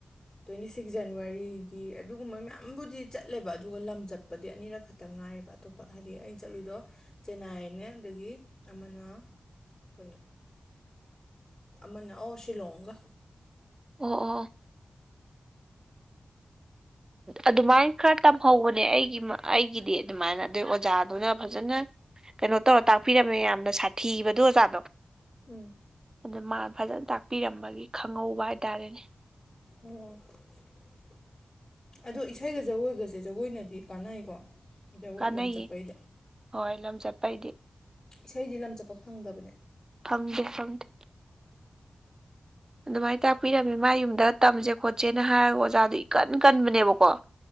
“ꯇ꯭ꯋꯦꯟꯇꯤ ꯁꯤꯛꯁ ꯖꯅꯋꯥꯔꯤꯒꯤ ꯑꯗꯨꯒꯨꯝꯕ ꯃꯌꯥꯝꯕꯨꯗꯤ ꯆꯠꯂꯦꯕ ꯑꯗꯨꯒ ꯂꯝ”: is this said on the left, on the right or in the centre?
Left